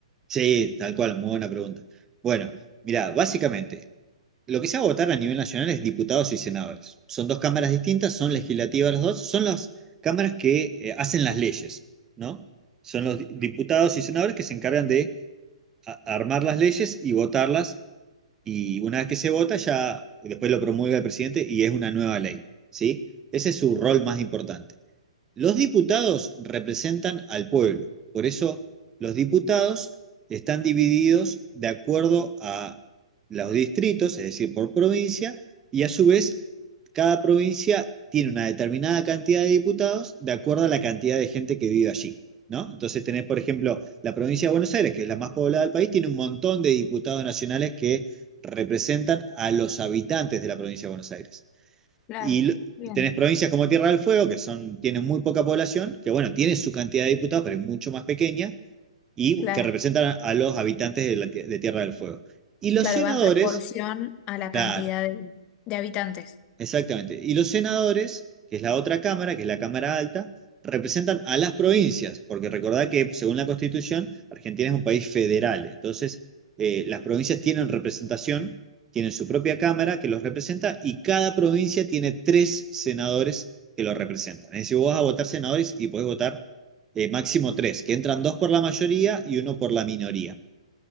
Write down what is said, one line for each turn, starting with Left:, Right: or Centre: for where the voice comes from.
Right: Sí, tal cual, muy buena pregunta. Bueno, mira, básicamente, Lo que se va a votar a nivel nacional es diputados y senadores. Son dos cámaras distintas, son legislativas las dos, son las cámaras que eh, hacen las leyes, ¿no? Son los diputados y senadores que se encargan de a- armar las leyes y votarlas, y una vez que se vota, ya después lo promulga el presidente y es una nueva ley, ¿sí? Ese es su rol más importante. Los diputados representan al pueblo, por eso los diputados están divididos de acuerdo a los distritos, es decir, por provincia, y a su vez cada provincia tiene una determinada cantidad de diputados de acuerdo a la cantidad de gente que vive allí. ¿No? Entonces tenés, por ejemplo, la provincia de Buenos Aires, que es la más poblada del país, tiene un montón de diputados nacionales que representan a los habitantes de la provincia de Buenos Aires.
Left: Claro,
Right: Y,
Left: bien.
Right: y tenés provincias como Tierra del Fuego, que son, tienen muy poca población, que bueno, tienen su cantidad de diputados, pero es mucho más pequeña, y
Left: Claro,
Right: que representan a, a los habitantes de, la, de Tierra del Fuego. Y los
Left: claro,
Right: senadores,
Left: va en proporción a la
Right: claro,
Left: cantidad de, de habitantes.
Right: Exactamente. Y los senadores, que es la otra cámara, que es la Cámara Alta, representan a las provincias, porque recordad que según la Constitución, Argentina es un país federal. Entonces, eh, las provincias tienen representación, tienen su propia cámara que los representa y cada provincia tiene tres senadores que los representan. Es decir, vos vas a votar senadores y podés votar eh, máximo tres, que entran dos por la mayoría y uno por la minoría.